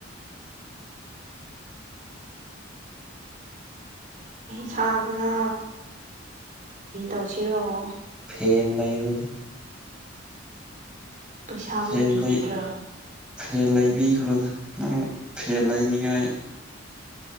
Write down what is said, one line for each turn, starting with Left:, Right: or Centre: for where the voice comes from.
Right: ꯁꯥꯕꯅ ꯃꯤ ꯇꯧꯁꯤꯔꯛꯣ
Centre: ꯐꯦꯟ ꯂ ꯏꯔꯗꯨ
Right: ꯄꯩꯁꯥꯕꯨ
Centre: ꯐꯦꯟ
Right: ꯄꯤꯒꯗ꯭ꯔꯣ
Centre: ꯂꯩ ꯐꯦꯟ ꯂꯩꯕꯤꯈ꯭ꯔꯣꯗ ꯅꯪ ꯐꯦꯟ ꯂꯩꯅꯤꯉꯥꯏ